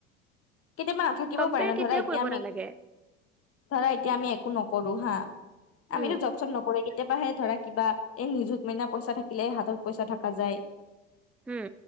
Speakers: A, on the left; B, in the centre.
A: কেতিয়াবা নাথাকিবও
B: কম্পেয়াৰ
A: পাৰে ন'!
B: কেতিয়াও
A: ধৰা এতিয়া
B: কৰিব
A: আমি,
B: নালাগে
A: ধৰা এতিয়া আমি, একো নকৰোঁ হা!
B: উম
A: আমিতো, জব চব নকৰোঁ। কেতিয়বাহে ধৰা, কিবা এই, নিযুত মইনা পইচা থাকিলে, হাতত পইচা থকা যায়।
B: উম